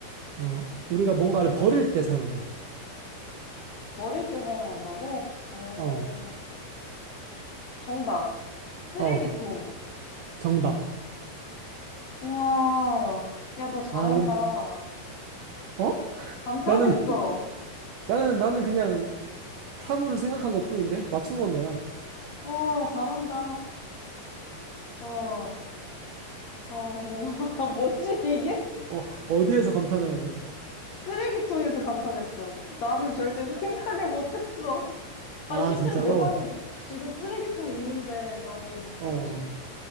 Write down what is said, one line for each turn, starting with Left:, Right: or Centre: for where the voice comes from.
Right: 어, 우리가 뭔가를 버릴 때 사용해.
Left: 버릴 때 사용한다고? 어.
Right: 어,
Left: 정답. 쓰레기통.
Right: 어, 정답.
Left: 와. 야, 너 잘한다.
Right: 아, 이건, 어?
Left: 감탄했어.
Right: 나는, <laughs> 나는, 나는 그냥 사물을 생각한 것뿐인데? 맞춘 건 너야.
Left: 어, 잘한다. 어. 아, <laughs> 뭐지 이게?
Right: 어, 어디에서 감탄을 한 거지?
Left: 쓰레기통에서 감탄했어. 나는 절대 <laughs> 생각을 못했어.
Right: 아,
Left: 아, 심지어
Right: 진짜로?
Left: 내 방에 지금 쓰레기통 있는데 나 왜 못 봤지?
Right: 어,